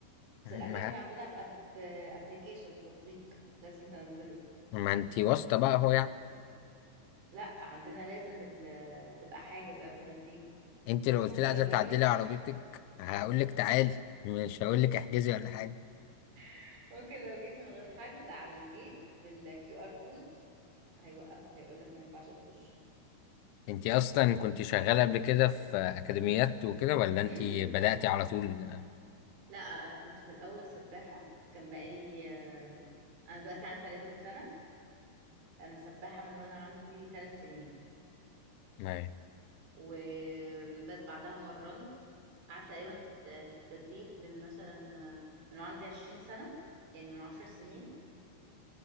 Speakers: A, on the right; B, on the left.
A: بس
B: ما
A: الاكاديمي عندنا بأب- بابليكيشن تطبيق لازم تنزله
B: ما انتي واسطة بقى اهو يعني
A: لا عندنا لازم ال- تبقى حاجز قبل ما تيجي
B: انت لو قلت
A: ممكن
B: لي عايزة
A: لو
B: تعدلي
A: جيت وانت مش
B: عربيتك هقول لك تعالي مش هقول لك احجزي ولا حاجة
A: <laughs> ممكن لو جيت من غير حجز على الجيت بالكيو ار كود هيوقفك هيقول لك ما ينفعش تخش
B: انتي اصلا كنت شغالة قبل كده في اكاديميات وكده ولا انتي
A: امم
B: بدأتي على طول
A: لا انا كنت في الاول سباحة كان بقالي آه، انا دلوقتي عندي 30 سنة انا سباحة من وانا عندي 3 سنين
B: ما
A: وبس بعدها مرنت قعدت تقريبا في الت- في التدريب من مثلا آه، من وأنا عندي 20 سنة يعني من 10 سنين